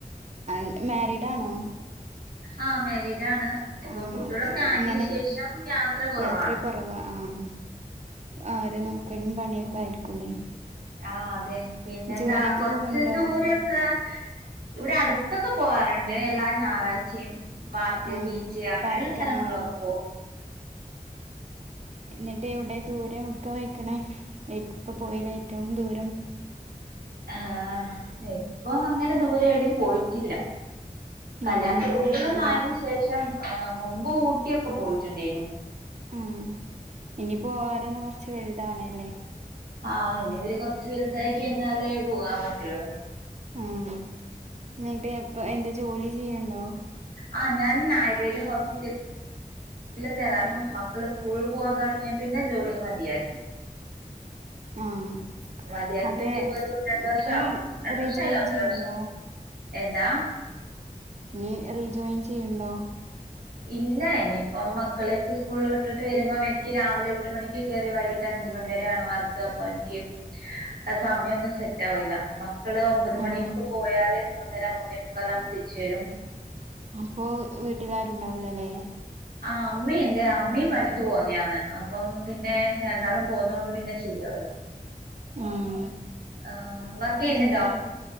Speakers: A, on the right (about 50°); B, on the right (about 80°).
A: അഹ് മാരിഡ് ആണോ
B: ആഹ മേരീഡ് ആണ് ഇപ്പം
A: ആഹ്
B: കുട്ടികളൊക്കെ
A: അപ്പൊ
B: ആയതിനന്
A: അങ്ങനെ
B: ശേഷം യാത്ര കുറവാണ്
A: യാത്ര കുറവാ ആഹ അവരെ നോക്കലും പണിയൊക്കെ ആയിരിക്കുംല്ലേ
B: ആ അതെ പിന്നെന്താ
A: ജോലിക്ക്
B: കൊറച്ച്
A: പോക്ണ്ടോ
B: ദൂരൊക്കെ ഇവിടെ അടുത്തൊക്കെ പോവാറുണ്ട് എല്ലാ ഞായറാഴ്ചയും പാർക്ക്
A: ആഹ്
B: ബീച്ച് അങ്ങനെയുള്ള
A: പാർക്ക്
B: സ്ഥലങ്ങളിലൊക്കെ
A: ആഹ്
B: പോവും
A: എന്നിട്ട് ഇവിടെ ദൂരം എടുക്ക പോയ്ക്കണേ ഇപ്പ പോയതിൽ ഏറ്റവും ദൂരം
B: ആഹ ഇപ്പൊ അങ്ങനെ ദൂരെ എവിടെയും പോയിട്ടില്ല കല്യാണത്തെ
A: ആഹ് മുമ്പ്
B: കുട്ടിക്കളൊക്കെ
A: പോയിന്നല്ലേ
B: ആയതിന് ശേഷം മുമ്പ് ഊട്ടിയൊക്കെ പോയിട്ടുണ്ടേനു
A: ഉം ഇനി പോവാനൊന്ന് കുറച്ച് വലുതാവണല്ലേ
B: ആഹ് ഇനിവര് കുറച്ച് വലുതായി കഴിഞ്ഞാലേ പോകാൻ പറ്റുള്ളൂ
A: ആ എന്നട്ട് അപ് അതിൻ്റെ ജോലി ചെയ്യണോ
B: ആ ഞാൻ ആയുർവേദ ഹോസ്പിറ്റല തരാ മക്കള് സ്കൂൾ പോകാൻ തുടങ്ങിയാൽ പിന്നെ ജോലി മതിയാക്കി
A: ആഹ്
B: മതിയാക്കിട്ട്
A: അതെ
B: പോഒരു രണ്ട്
A: ഇനി
B: വർഷം ആവുന്നു രണ്ട്
A: റീജോയിൻ
B: വർഷമായില്ല ഒന്നര
A: ചെയ്യണ്ടോ
B: വർഷം എന്താ
A: ഇനി റീജോയിൻ ചെയ്യണ്ടോ
B: ഇല്ല ഇനിയിപ്പം മക്കളെയൊക്കെ സ്കൂളിൽ വിട്ടിട്ട് വരുമ്പോം എനിക്ക് രാവിലെ എട്ട് മണിക്ക് കയറി വൈ കിട്ട് അഞ്ച് മണി വരെയാണ് വർക്ക് അപ്പൊ എനിക്ക് ആ സമയം സെറ്റ് ആവില്ല മക്കള് ഒമ്പത് മണിയൊക്കെ
A: ആഹ്
B: പോയാല് മൂന്നര മൂന്നേ മുക്കാലാവുമ്പോ തിരിച്ച് വരും
A: അപ്പോ വീട്ടിലാരും ഉണ്ടാവുലല്ലേ
B: ആ അമ്മീ ണ്ട് അമ്മീ പണിക്ക് പോന്നതാന്ന് അപ്പം പിന്നെ രണ്ടാളും പോന്നെകൊണ്ട് പിന്നെ ശെരിയാവൂലാ
A: ആഹ്
B: ആഹ് വർക്ക് ചെയ്യുന്നുണ്ടോ?
A: എന്നിട്ട്